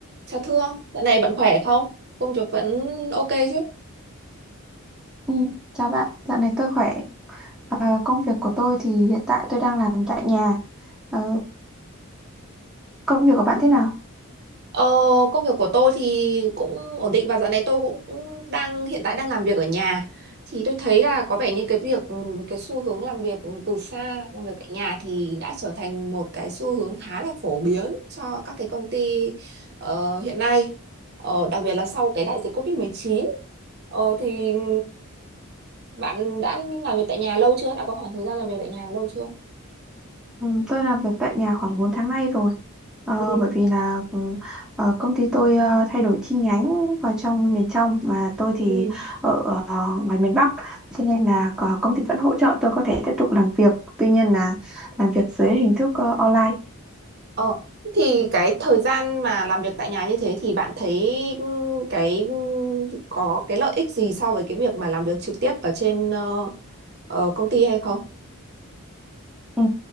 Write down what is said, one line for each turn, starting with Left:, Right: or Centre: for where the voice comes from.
Right: Chào Thương, dạo này bạn khỏe không? Công việc vẫn ok chứ?
Centre: Ừ, chào bạn, dạo này tôi khỏe. Ờ, công việc của tôi thì hiện tại tôi đang làm tại nhà. Ờ, công việc của bạn thế nào?
Right: Ờ, công việc của tôi thì cũng ổn định và dạo này tôi cũng cũng đang hiện tại đang làm việc ở nhà. Thì tôi thấy là có vẻ như cái việc ừ, cái xu hướng làm việc từ xa, làm việc tại nhà thì đã trở thành một cái xu hướng khá là phổ biến cho các cái công ty ờ, hiện nay. Ờ, đặc biệt là sau cái đại dịch COVID-19. Ờ, thì ừ, bạn đã làm việc tại nhà lâu chưa? Đã có khoảng thời gian làm việc tại nhà lâu chưa?
Centre: Ừ, tôi làm việc tại nhà khoảng 4 tháng nay rồi. Ờ,
Right: Ừ.
Centre: bởi vì là ừ, ờ, công ty tôi ờ, thay đổi chi nhánh vào trong miền trong mà tôi thì
Right: Ừ.
Centre: ở ờ, ngoài miền Bắc. Cho nên
Right: Ừ.
Centre: là ờ, công ty vẫn hỗ trợ tôi có thể tiếp tục làm việc. Tuy nhiên là làm việc dưới hình thức ờ, online.
Right: Ờ, thì cái thời gian mà làm việc tại nhà như thế thì bạn thấy ừ, cái ừ, có cái lợi ích gì so với cái việc mà làm việc trực tiếp ở trên ờ, ờ, công ty hay không?
Centre: Ừ.